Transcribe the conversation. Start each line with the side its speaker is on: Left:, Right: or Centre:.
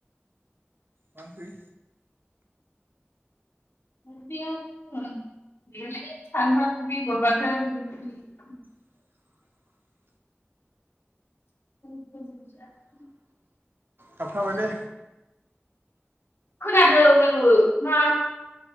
Right: मा ओंख्रै?
Left: <unintelligible> <unintelligible>
Right: <unintelligible>
Left: <unintelligible>
Right: थाबथाबायलै
Left: खोनादों आङो मा,